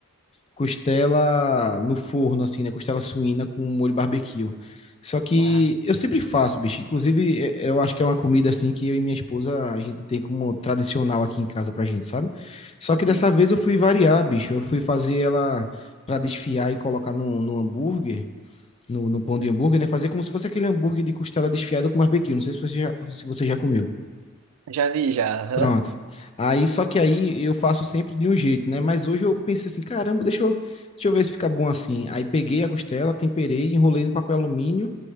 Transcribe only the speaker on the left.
costela no forno, assim, né? Costela suína com molho barbecue. Só que
eu sempre faço, bicho. Inclusive, é- eu acho que é uma comida assim que eu e minha esposa a gente tem como tradicional aqui em casa pra gente, sabe? Só
que dessa vez eu fui variar, bicho. Eu fui fazer ela pra desfiar e colocar no, no hambúrguer, no, no pão
de hambúrguer, né? Fazer como se fosse aquele hambúrguer de costela desfiada com barbecue. Não sei se você já, se você já comeu.
Pronto. Aí, só que aí eu faço sempre de um jeito, né? Mas hoje eu pensei assim, caramba, deixa eu, deixa eu ver se fica bom assim. Aí peguei a costela, temperei, enrolei no papel alumínio